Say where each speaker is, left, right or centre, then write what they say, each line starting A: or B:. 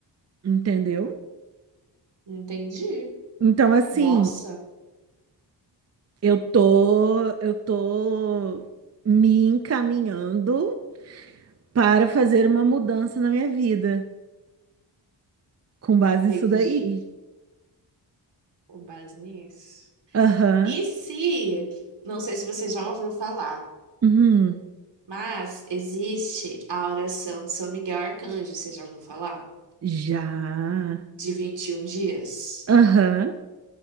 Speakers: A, on the right; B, on the right.
A: entendeu?
B: entendi.
A: Então, assim.
B: Nossa,
A: Eu tô, eu tô me encaminhando para fazer uma mudança na minha vida, com base
B: entendi.
A: nisso daí.
B: Com base nisso.
A: Aham.
B: E se, não sei se você já ouviu falar,
A: Uhum.
B: mas existe a oração de São Miguel Arcanjo, você já ouviu falar?
A: Já.
B: De vinte e um dias.
A: Aham.